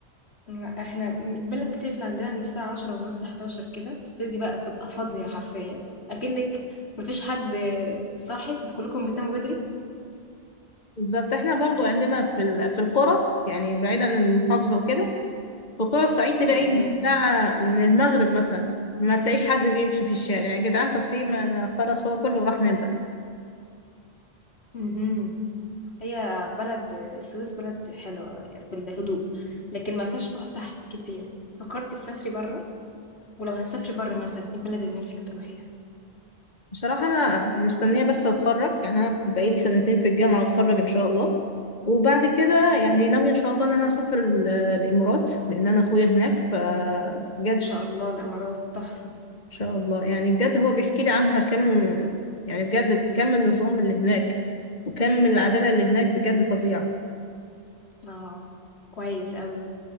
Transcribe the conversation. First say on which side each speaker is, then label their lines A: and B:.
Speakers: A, on the left; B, on the left.
A: احنا البلد بتقفل عندنا من الساعة عشرة ونص حداشر كده تبتدي بقى تبقى فاضية حرفيا أكنك مفيش حد صاحي انتوا كلكم بتناموا بدري
B: بالظبط احنا برضو عندنا في ال- في القرى يعني بعيدا عن المحافظة وكده في قرى الصعيد تلاقي
A: تمام
B: من الساعة من المغرب مثلا ما تلاقيش حد بيمشي في الشارع يا جدعان طب في ما خلاص هو كله راح نام بقى
A: مهم. هي بلد السويس بلد حلوة يعني في الهدوء لكن ما فيهاش فسح كتير فكرت تسافري بره ولو هتسافري بره مثلا ايه البلد اللي نفسك تروحيها
B: بصراحة أنا مستنية بس أتخرج يعني أنا بقالي سنتين في الجامعة وأتخرج إن شاء الله وبعد كده يعني ناوية إن شاء الله إن أنا أسافر ال- الإمارات لأن أنا أخويا هناك فبجد
A: ان شاء
B: إن
A: الله الإمارات تحفة
B: شاء الله يعني بجد هو بيحكي لي عنها كم يعني بجد كم النظام اللي هناك وكم العدالة اللي هناك بجد فظيعة
A: اه كويس قوي